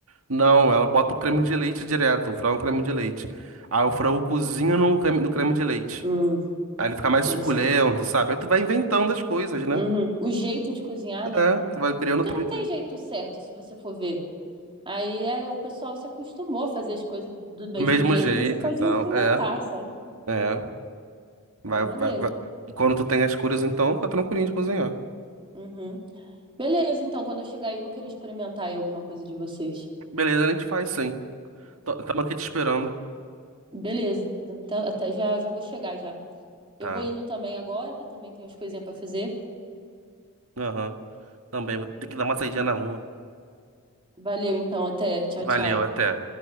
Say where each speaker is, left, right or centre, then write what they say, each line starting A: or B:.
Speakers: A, on the right (about 80°); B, on the right (about 25°).
A: não, ela bota o creme de leite direto, o frango creme de leite. Aí o frango cozinha no creme, no creme de leite.
B: Hum,
A: Aí ele fica mais
B: interessante.
A: suculento, sabe? Aí tu vai inventando as coisas, né?
B: Uhum. O jeito de cozinhar, né?
A: É, tu vai criando
B: Porque
A: outro
B: não tem
A: jeito.
B: jeito certo, se você for ver. Aí é, o pessoal se acostumou a fazer as coisas do mesmo
A: Do mesmo
B: jeito,
A: jeito
B: mas você pode
A: e tal.
B: inventar,
A: É,
B: sabe?
A: é. Vai,
B: Pô, maneiro.
A: vai, vai. E Quando tu tem as curas, então, fica tranquilinho de cozinhar.
B: Uhum. Beleza, então, quando eu chegar aí, eu vou querer experimentar aí alguma coisa de vocês.
A: Beleza, a gente faz sim. Tô- Tamo aqui te esperando.
B: Beleza. Até, até já, já vou chegar já. Eu
A: Tá.
B: vou indo também agora, também tenho as coisinhas pra fazer.
A: Aham. Também vou ter que dar uma saída na rua.
B: Valeu, então, até. Tchau, tchau.
A: Valeu, até.